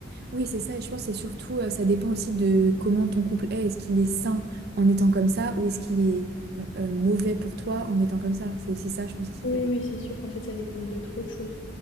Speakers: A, on the right; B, on the left.
A: Oui, c'est ça. Et je pense que c'est surtout, euh, ça dépend aussi de comment ton couple est. Est-ce qu'il est sain en étant comme ça ou est-ce qu'il est euh, mauvais pour toi en étant comme ça? C'est aussi ça, je pense, qui
B: Oui,
A: fait la
B: oui, c'est sûr. qu'en fait, ça dépend de trop de choses.